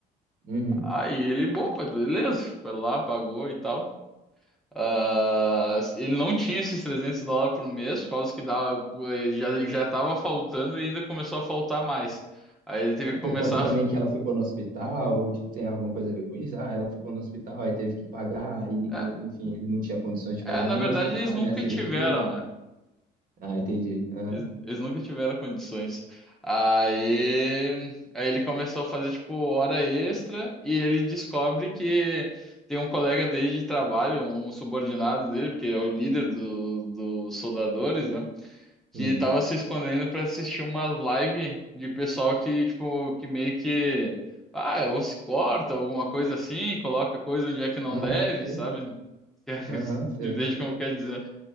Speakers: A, on the right; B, in the centre.
A: Uhum.
B: Aí ele, opa, beleza, foi lá, pagou e tal. Ah, ele não tinha esses 300 dólares por mês, por causa que dava, já, já estava faltando e ainda começou a faltar mais. Aí ele teve
A: Ah,
B: que
A: Por
B: começar
A: conta também
B: a... fa-
A: que ela ficou no hospital, ou, tipo, tem alguma coisa a ver com isso? Ah, ela ficou no hospital, aí teve que pagar, e,
B: É,
A: enfim, ele não tinha condições de
B: é,
A: pagar
B: na
A: nem
B: verdade
A: o hospital,
B: eles nunca
A: nem a cirurgia.
B: tiveram, né?
A: Ah, entendi. Aham.
B: Eles, eles nunca tiveram condições. Aí, aí ele começou a fazer, tipo, hora extra e ele descobre que tem um colega dele de trabalho, um subordinado dele, porque é o líder do, dos soldadores, né? que
A: Sim.
B: tava se escondendo pra assistir umas live de pessoal que, tipo, que meio que, ah, ou se corta, alguma coisa assim, coloca coisa onde é que não
A: Aham,
B: deve,
A: sei.
B: sabe? <laughs> Você
A: Aham, sei.
B: Entende como quer dizer?